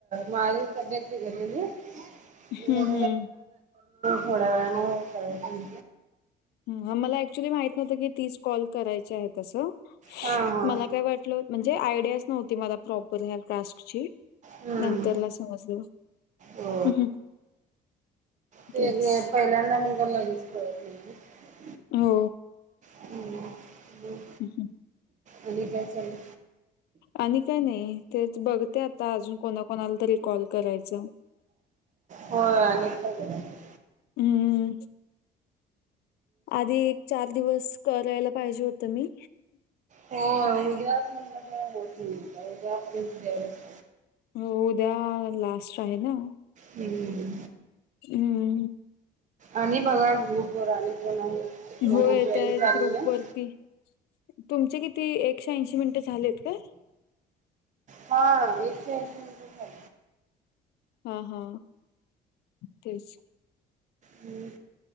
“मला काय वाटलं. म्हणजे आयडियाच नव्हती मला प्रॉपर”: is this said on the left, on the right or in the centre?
Left